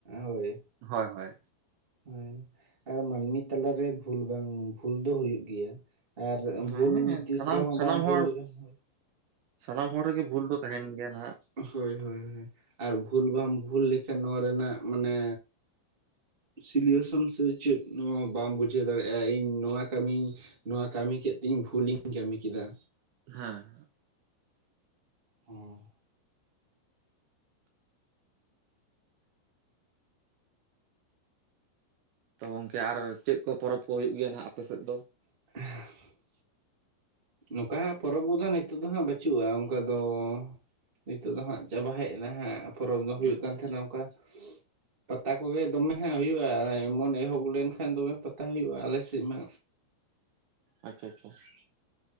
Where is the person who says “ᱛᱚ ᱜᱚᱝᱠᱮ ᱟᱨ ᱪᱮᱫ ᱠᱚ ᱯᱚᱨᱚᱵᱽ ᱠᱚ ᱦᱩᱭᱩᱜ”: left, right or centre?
Right